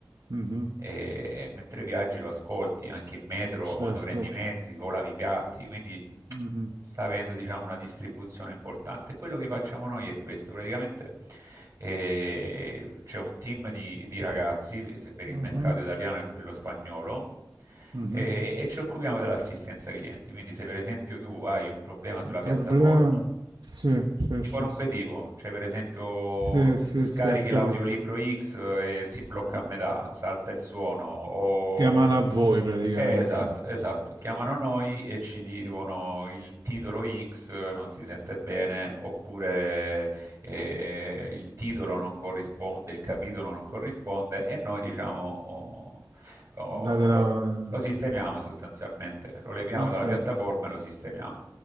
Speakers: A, on the right; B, on the right.
A: Mhm,
B: e mentre viaggi lo ascolti anche in metro
A: certo.
B: quando prendi i mezzi o lavi i piatti, quindi
A: Mhm,
B: sta avendo diciamo, una distribuzione importante. Quello che facciamo noi è questo, praticamente eh, c'è un team di, di ragazzi se per
A: mhm,
B: il mercato italiano e quello spagnolo
A: mhm.
B: eh, e ci occupiamo dell'assistenza clienti, quindi se per esempio tu hai un problema sulla
A: Il ah,
B: piattaforma
A: problema... Sì, sì,
B: di qualunque
A: sì,
B: tipo,
A: sì.
B: cioè per esempio
A: Sì, sì,
B: scarichi
A: sì, ho capito.
B: l'audiolibro X eh, e si blocca a metà, salta il suono, o...
A: Chiamano a voi praticamente.
B: Eh, esatto, esatto, chiamano noi e ci dicono il titolo X non si sente bene, oppure eh, il titolo non corrisponde, il capitolo non corrisponde e noi diciamo oh, oh,
A: Date
B: lo,
A: la...
B: lo sistemiamo sostanzialmente, lo leviamo
A: Ok.
B: dalla piattaforma e lo sistemiamo.